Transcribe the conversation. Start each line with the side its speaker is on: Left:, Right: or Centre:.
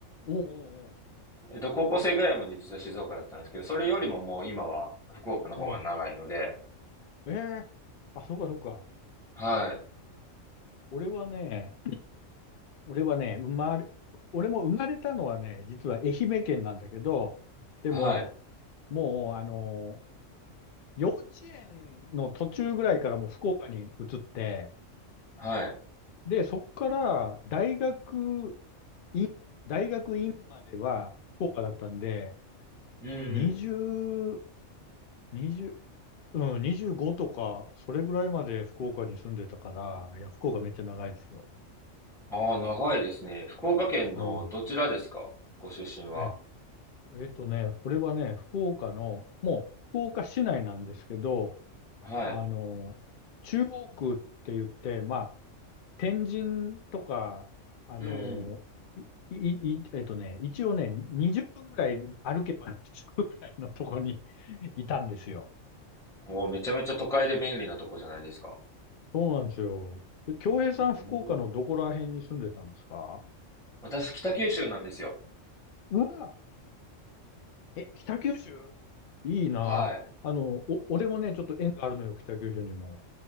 Left: うんうん
Centre: えっと、高校生ぐらいまで実は静岡だったんですけど、それよりももう今は福岡の方が長いので、
Left: うん。うん。えー、あ、そうかそうか。
Centre: はい。
Left: 俺はね、俺はね、生まれ、俺も生まれたのはね、実は愛媛県なんだけど、でも、
Centre: はい。
Left: もう、あの、幼稚園の途中ぐらいからもう福岡に移って、
Centre: はい。
Left: で、そこから大学院、大学院までは福岡だったんで、
Centre: うんうん。
Left: 20、20、うん、25とか、それぐらいまで福岡に住んでたから、いや、福岡めっちゃ長いですよ。
Centre: ああ、長いですね。福岡県のどちらですかご出身は。
Left: うん。え、えっとね、これはね、福岡の、もう福岡市内なんですけど、
Centre: はい。
Left: あの、中央区って言って、まあ、天神とか、あの、
Centre: うん
Left: い、い、いえっとね、一応ね、20分ぐらい歩けば着くぐらいのとこに <laughs> いたんですよ。
Centre: うん。もうめちゃめちゃ都会で便利なとこじゃないですか。
Left: そうなんですよ。え京平さん、
Centre: うーん。
Left: 福岡のどこら辺に住んでたんですか
Centre: 私、北九州なんですよ。
Left: うわ、え、北九州いいな。
Centre: はい。
Left: あの、お、俺もね、ちょっと縁があるのよ、北九州にも。